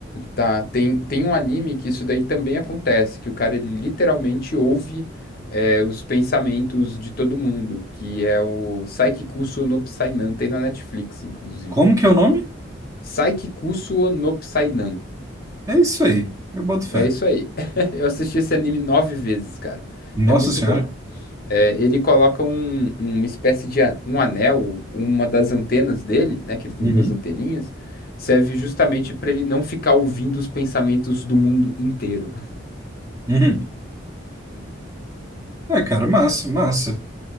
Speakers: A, on the left; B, on the right.
A: Tá, tem, tem um anime que isso daí também acontece, que o cara ele literalmente ouve é, os pensamentos de todo mundo, que é o Saiki Kusuo no Psainan, tem na Netflix, inclusive.
B: Como que é o nome?
A: Saiki Kusuo no Psainan.
B: É isso aí. Eu boto fé.
A: É isso aí. <laughs> Eu assisti esse anime nove vezes, cara.
B: Nossa
A: É muito
B: Senhora.
A: bom. É, ele coloca um- um, uma espécie de a- um anel, uma das antenas dele, né, que ele tem
B: Uhum.
A: duas anteninhas, serve justamente para ele não ficar ouvindo os pensamentos do mundo inteiro.
B: Uhum. É, cara, massa, massa.